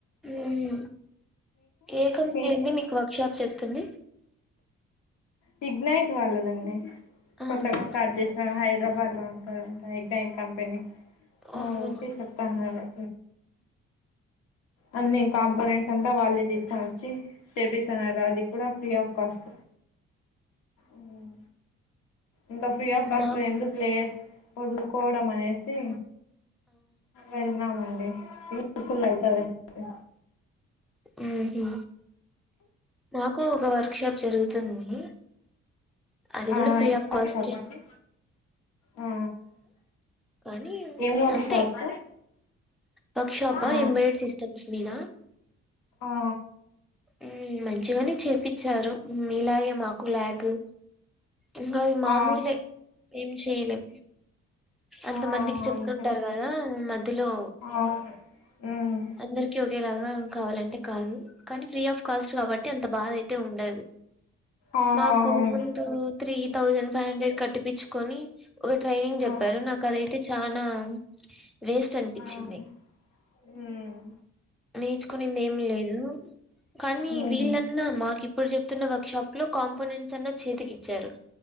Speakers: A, in the centre; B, on the left.
A: ఏ ఏ కంపెనీ
B: మీ
A: అండి మీకు వర్క్ స్విచ్చాఫ్ చేస్తుంది
B: విడ్నైట్ వాళ్లది దండి
A: అవును
B: పక్కన స్టార్ట్ చేసినా హైద్రాబాద్ లో ఉంట దంట ఎక్డైన్ కంపెనీ అవును
A: ఓహో
B: వచ్చి చెప్తాన్ అన్నారు అన్ని కాంపొనెంట్స్ అంతా వాళ్ళే డిస్ కౌంట్ చెయి చేపిస్తునార అది కూడా ఫ్రీ ఆఫ్ కాస్త ఉమ్ ఇంకా ఫ్రీ ఆఫ్ కాస్ట్
A: నాకు
B: ఎందుక్ లే వదులుకోవడం అనేది ఎస్సే వెళ్దామండి ఫుల్ లైతది ఇంకా
A: ఒహో మాకు ఒక వర్క్ షాప్ జరుగుతుంది అది
B: అనేసి ఆ
A: కూడ
B: ఏం
A: ఫ్రీ ఆఫ్
B: వర్క్
A: కాస్టె
B: షాప్ అండి ఆ
A: కానీ
B: ఏం వర్క్
A: అంతే
B: షాప్
A: వర్క్ షాపా
B: ఆ
A: ఎంబెడెడ్ సిస్టమ్స్ మీద
B: ఆ
A: ఉమ్ మంచిగానె చేపిచ్చారు ఇలాగే మాకు లాగు ఇంకా మామూలే
B: ఆ
A: ఏం చేయలేం అంతమందికి
B: ఆ
A: చెప్తుంటారు
B: అంతే అండి
A: కదా మధ్యలో
B: అవును ఉమ్
A: అందరికి ఒకేలాగా కావాలంటే కాదు కానీ ఫ్రీ ఆఫ్ కాస్ట్ కాబట్టి అంత బాధ అయి ఉండదు
B: ఆ
A: మాకు
B: అవును
A: ముందు త్రీ థౌజండ్ ఫైవ్ హండ్రెడ్ కట్టి పిచ్చుకొని ఒక ట్రైనింగ్ చెప్పారు
B: ఆ
A: నాకు అదైతే చాన్ నా వేస్ట్ అనిపించింది
B: ఆ ఉమ్
A: నేర్చుకునింది ఏమి లేదు కానీ
B: ఉమ్
A: వీళ్లన్నా మాకి ఇప్పుడు చెప్తున్న వర్క్ షాప్ లో కాంపోనెంట్స్ అన్ని చేతికి ఇచ్చారు